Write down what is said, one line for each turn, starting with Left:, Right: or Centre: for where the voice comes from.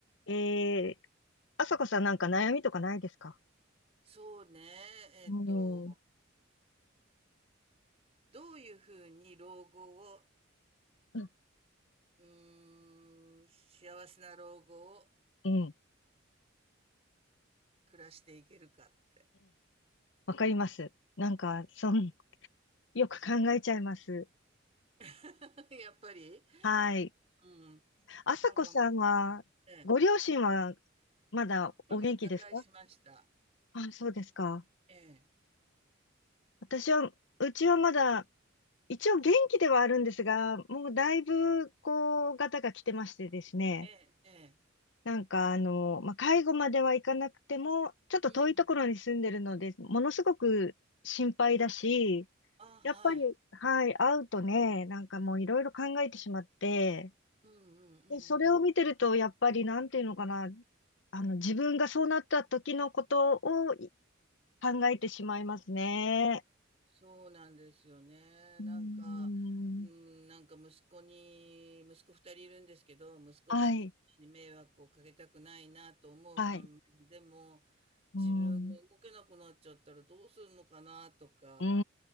Left: えー、あさこさんなんか悩みとかないですか
Right: そうね、えっと、
Left: うん、うん
Right: どういうふうに老後を、
Left: うん、
Right: うーん、幸せな老後を
Left: うん、
Right: 暮らしていけるかって。
Left: わかります。なんか、そん、<laughs> よく考えちゃいます。
Right: <laughs> やっぱり、
Left: はい。
Right: うん、
Left: あさこさんは、
Right: なんか、ええ、
Left: ご両親はまだお元気ですか
Right: まあもう他界しました。
Left: あ、そうですか。
Right: ええ、
Left: 私は、うちはまだ、一応元気ではあるんですが、もうだいぶ、こう、ガタが来てましてですね。
Right: ええ、ええ、
Left: なんかあの、まあ、介護まではいかなくても、ちょっと遠いところに住んでるので、
Right: うん。
Left: ものすごく心配だし、
Right: あ、はい。
Left: やっぱり、はい、会うとね、なんかもういろいろ考えてしまって、
Right: うんうんうん。
Left: で、それを見てると、やっぱりなんていうのかな、あの、自分がそうなった時のことをい考えてしまいますね。
Right: そうなんですよね。
Left: うーん、
Right: なんか、うん、なんか息子に、息子二人いるんですけど、息子たちに迷惑をかけたくないなと思う反面、
Left: はい、はい、
Right: でも、
Left: うーん、
Right: 自分が動けなくなっちゃったらどうするのかなとか、やっ
Left: うー